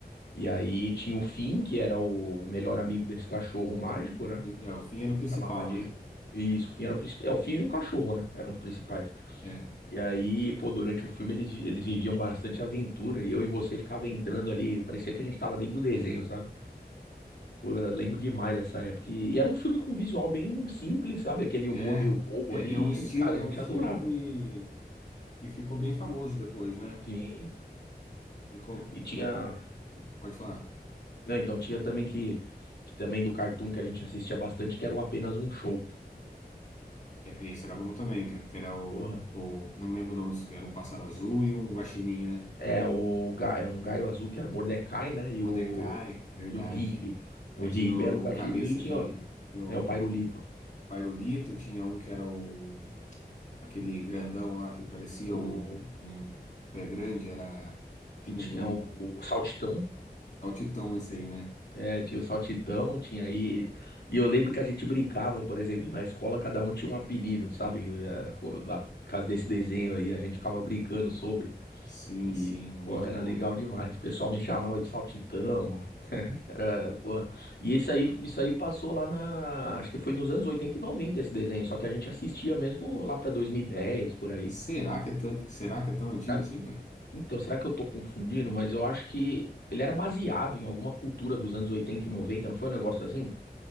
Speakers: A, on the left (about 80°); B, on the left (about 45°).
A: E aí tinha o Finn, que era o melhor amigo desse cachorro mágico, né?
B: É, o fim era o principal,
A: Chamava Jake.
B: né?
A: Isso, o Finn era o principal. É, o Finn e o cachorro, né? Eram os principais.
B: É.
A: E aí, pô, durante o filme eles, vi- eles viviam bastante aventura e eu e você ficava entrando ali. Parecia que a gente tava dentro do desenho, sabe? Pô, eu lembro demais dessa época. E, e era um filme com visual bem simples, sabe? Aquele
B: É,
A: humor meio bobo
B: é,
A: ali.
B: é um estilo,
A: E, cara, a
B: é
A: gente
B: um estilo
A: adorava.
B: que, que ficou bem famoso depois, né?
A: Sim.
B: Ficou.
A: E tinha.
B: Eu, pode falar.
A: Não, então tinha também que. Que também do cartoon que a gente assistia bastante, que era o Apenas um Show.
B: Que- é, Esse era bom também, cara. Que era o,
A: Porra,
B: o. Eu não lembro o nome disso, que era um pássaro azul e um guaxinim, né?
A: É, o, ga- é um Gaio Azul que era o Mordecai, né? E
B: Mordecai,
A: o,
B: verdade.
A: e o Rigby. O
B: Aí
A: Rigby
B: tinha o
A: era o guaxinim
B: cabeça
A: e tinha
B: de. Tinha o
A: é, o Pairulito.
B: Pairulito, tinha um que era o. Aquele grandão lá que parecia
A: O,
B: um, um pé grande, era. Tinha
A: e tinha
B: um nome.
A: o, o Saltitão.
B: Altitão esse aí, né?
A: É, tinha o Saltitão, tinha aí. E eu lembro que a gente brincava, por exemplo, na escola, cada um tinha um apelido, sabe? É, co- lá, Por causa desse desenho aí, a gente ficava brincando sobre.
B: Sim,
A: E,
B: sim, muito
A: porra, era
B: bom.
A: legal demais. O pessoal me chamava de Saltitão, Cara, porra. E esse aí, isso aí passou lá na. Acho que foi nos anos 80 e 90 esse desenho. Só que a gente assistia mesmo lá pra 2010 por aí.
B: Será que é tão, será que é tão antigo
A: Será que...
B: assim, cara?
A: Então, será que eu tô confundindo? Mas eu acho que ele era baseado em alguma cultura dos anos 80 e 90. não foi um negócio assim?